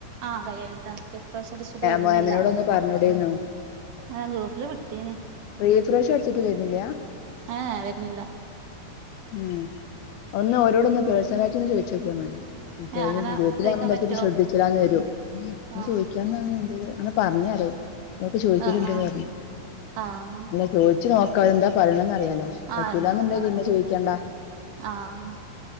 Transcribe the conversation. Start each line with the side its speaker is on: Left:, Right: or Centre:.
Right: ആ കയ്യായിട്ടാ റിഫ്രഷ് അടിച്ചിട്ട് വരുന്നില്ല
Left: മോമിനോട് ഒന്ന് പറഞ്ഞോടെന്നോ
Right: ആ ഗ്രൂപ്പില് വിട്ടീന്
Left: പ്രീ ഫ്രഷ തരുന്നില്ല
Right: ആഹ വരുന്നില്ല
Left: ഉം ഒന്ന് രോടൊന്ന് പേഴ്സണല ആയിട്ട് ഒന്ന് ചോദിച്ചോക്കിയാ മതി ഇത്യാം
Right: ഏ അങ്ങനെ
Left: ഗ്രൂപ്പിൽ
Right: ചോയിക്കാൻ
Left: കാണുമച്ച
Right: പറ്റോ
Left: ശ്രദ്ധിച്ചില്ലന്ന് വരോെ
Right: ആ
Left: ചോദിക്കാനെ എന്ത അങ്ങനെ പറഞ്ഞര അവർക്ക് ചോദിക്കലുണ്ടന്ന്
Right: ആ ആ
Left: പറഞ്ഞു
Right: ആ ആ
Left: അ ചോദിച്ചു നോ കഴന്താ പറഞ്ഞ പന്നെ
Right: ആഹ് എന്താ പറഞ്ഞത്
Left: ക്കണ്ടാ
Right: ആഹ്